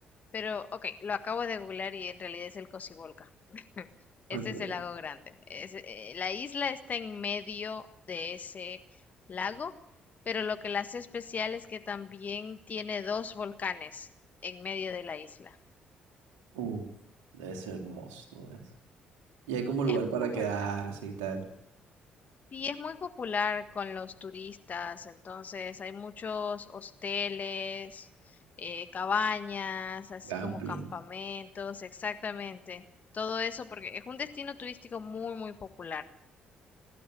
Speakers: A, on the left; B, on the right.
A: Pero, ok, lo acabo de googlear y en realidad es el Cocibolca. <laughs>
B: Ok.
A: Ese es el lago grande. Es, eh, la isla está en medio de ese lago, pero lo que la hace especial es que también tiene dos volcanes en medio de la isla.
B: Uf, debe ser hermoso todo eso. Y hay como lugar
A: Es muy
B: para
A: bonita.
B: quedarse y tal.
A: Y es muy popular con los turistas, entonces hay muchos hosteles, eh, cabañas, así
B: Gamplings.
A: como campamentos, exactamente. Todo eso porque es un destino turístico muy, muy popular.